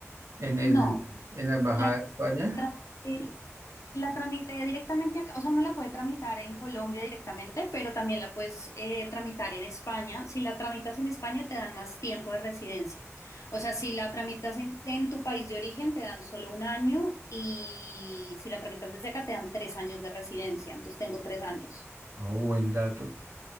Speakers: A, on the right (about 75°); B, on the left (about 80°).
A: en el,
B: No,
A: en la Embajada
B: la
A: de España.
B: tramité- la tramité directamente acá, o sea, uno la puede tramitar en Colombia directamente, pero también la puedes eh, tramitar en España. Si la tramitas en España, te dan más tiempo de residencia. O sea, si la tramitas en, en tu país de origen, te dan solo un año y si la tramitas desde acá, te dan tres años de residencia. Entonces tengo tres años.
A: Oh, buen dato.